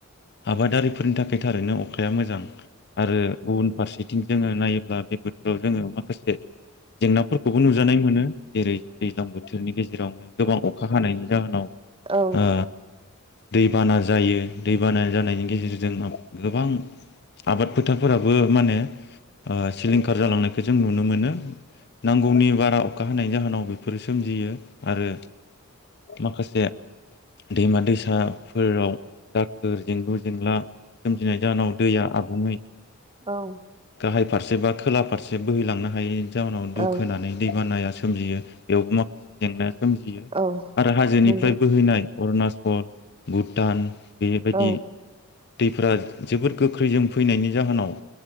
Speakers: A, on the left; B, on the right.
A: आबादारिफोरनि थाखाय थारैनो अखाया मोजां आरो गुबुन फारसे थिं जोङो नायोब्ला बेफोरखौ जोङो माखासे जेंनाफोरखौबो नुजानाय मोनो जेरै दैज्लां बोथोरनि गेजेरावनो गोबां अखा हानायनि जाहोनाव ओ
B: औ
A: दैबाना जायो दैबाना जानायनि गेजेरजों गोबां आबाद फोथारफोराबो माने ओ सिलिंखार जालांनाय खो जों नुनो मोनो। नांगौनि बारा अखा हानायनि जाहोनाव बेफोरो सोमजियो आरो माखासे दैमा दैसा फोराव दाखोर जेंलु जेंला सोमजिनाय जाहोनाव दैया आ गडै
B: औ
A: गाहाय फारसे बा थोला फारसे बोहैलांनो हायो जाहोनाव
B: औ
A: दुखोनानै दै बानाया सो सोमजियो बेयावबो माखासे जेंना सोमजियो
B: औ
A: आरो हाजोनिफ्राय
B: नंगौ
A: बोहैनाय अरुणाचल भुटान बेबायदि
B: औ
A: दैफ्रा जोबोद गोख्रैजों फैनायनि जाहोनाव